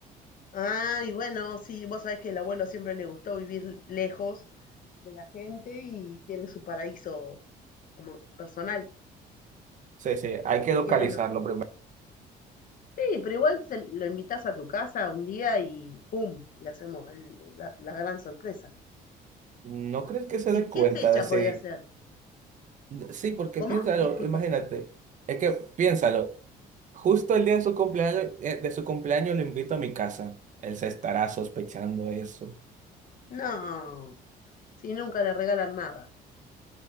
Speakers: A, on the left (about 55°); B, on the right (about 45°).
A: Ah, y bueno, sí, vos sabés que el abuelo siempre le gustó vivir lejos de la gente y tiene su paraíso como personal.
B: Sí, sí, hay
A: Así
B: que localizarlo
A: que bueno,
B: primero.
A: sí, pero igual se lo invitás a tu casa un día y ¡pum! Le hacemos el- la, la gran sorpresa.
B: ¿No crees que se
A: ¿Y
B: dé
A: qué
B: cuenta
A: fecha
B: de si...
A: podría ser?
B: Sí, porque
A: ¿Cómo?
B: piénsalo,
A: Disculpa.
B: imagínate. Es que piénsalo. Justo el día de su cumpleaños, eh, de su cumpleaños lo invito a mi casa. Él se estará sospechando eso.
A: No, si nunca le regalan nada.